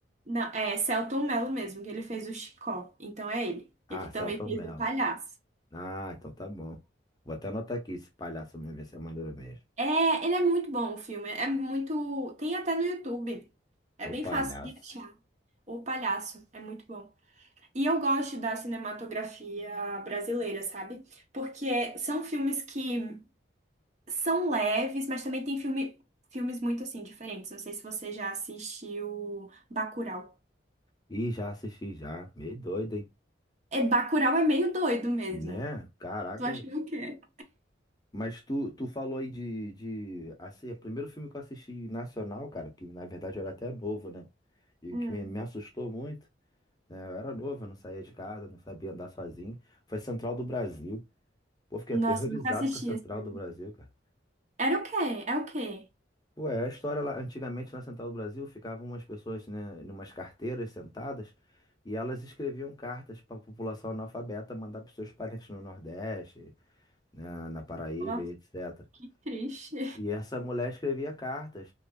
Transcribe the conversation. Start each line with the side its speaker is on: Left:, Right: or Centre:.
Right: Não, é Selton Mello mesmo, que ele fez o Chicó. Então é ele.
Left: Ah,
Right: Ele também
Left: Celton
Right: fez
Left: Mello.
Right: o Palhaço.
Left: Ah, então tá bom. Vou até anotar aqui esse palhaço mesmo, ver se é maneiro mesmo.
Right: É, ele é muito bom o filme. É muito. Tem até no YouTube. É
Left: Ô
Right: bem
Left: palhaço.
Right: fácil de achar. O Palhaço é muito bom. E eu gosto da cinematografia brasileira, sabe? Porque são filmes que são leves, mas também tem filme, filmes muito assim diferentes. Não sei se você já assistiu Bacurau.
Left: Ih, já assisti já. Meio doido, hein?
Right: É, Bacurau é meio doido mesmo.
Left: Né? Caraca.
Right: Tu acha que é o quê?
Left: Mas tu, tu falou aí de, de. Assim, o primeiro filme que eu assisti nacional, cara, que na verdade eu era até novo, né? E
Right: Hum.
Left: que me, me assustou muito, né? Eu era novo, eu não saía de casa, não sabia andar sozinho. Foi Central do Brasil. Pô, fiquei
Right: Nossa,
Left: aterrorizado
Right: nunca assisti
Left: com a Central
Right: esse filme.
Left: do Brasil, cara.
Right: Era o quê? É o quê?
Left: Pô, é a história lá, antigamente na Central do Brasil ficavam umas pessoas, né, numas carteiras sentadas e elas escreviam cartas para a população analfabeta mandar para seus parentes no Nordeste, né, na Paraíba
Right: Nossa,
Left: e etc.
Right: que triste.
Left: E essa mulher escrevia cartas.